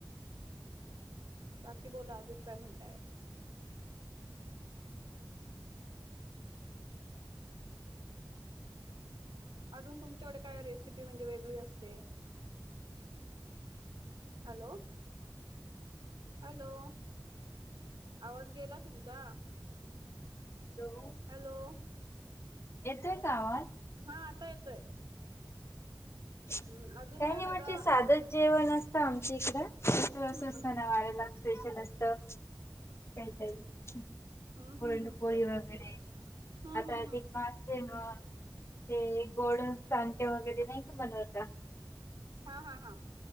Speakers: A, on the right (about 70°); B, on the left (about 35°).
A: बाकी बोला अजून काय म्हणताय अजून तुमच्याकडे काय रेसिपी म्हणजे वेगळी असते हॅलो हॅलो आवाज गेला तुमचा
B: हो.
A: हॅलो.
B: येतोय का आवाज
A: हा आता येतोय हम्म
B: काय
A: अजून
B: नाय
A: वेगळं
B: म्हटलं सादच जेवण असतं आमच्या इकडं असं
A: हम्म
B: सणावाराला स्पेशल असतं काय तरी
A: हम्म
B: पुरणपोळी
A: हम्म हम्म
B: वगैरे
A: हम्म
B: आता
A: हम्म
B: अधिक
A: हम्म
B: मास तेव्हा ते गोड चांके वगैरे नाय का बनवत
A: हा हा हा